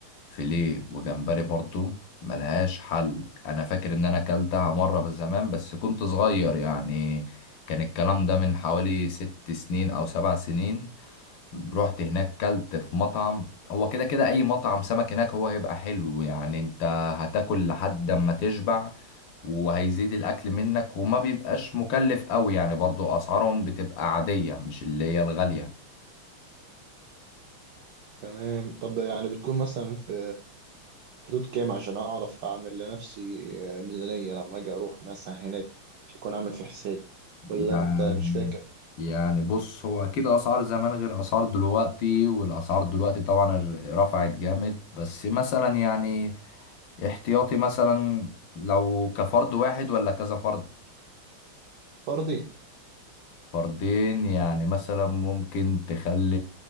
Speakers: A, on the left; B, on the right.
A: فيليه وجمبري برضو ملهاش حل انا فاكر ان انا اكلتها مرة بس زمان بس كنت صغير يعني كان الكلام ده من حوالي ست سنين او سبع سنين رحت هناك كلت في مطعم هو كده كده اي مطعم سمك هناك هو هيبقى حلو يعني انت هتاكل لحد ما تشبع وهيزيد الاكل منك وما بيبقاش مكلف قوي يعني برضو اسعارهم بتبقى عادية مش اللي هي الغالية
B: تمام طب يعني بتكون مثلا في حدود كام عشان اعرف اعمل لنفسي ميزانية لما اجي اروح مثلا هناك مش هكون عامل في حسابي
A: يعني
B: ولا انت مش فاكر
A: يعني بص هو اكيد اسعار زمان غير اسعار دلوقتي والاسعار دلوقتي طبعا ر- رفعت جامد بس مثلا يعني احتياطي مثلا لو كفرد واحد ولا كذا فرد
B: فردي
A: فردين يعني مثلا ممكن تخلي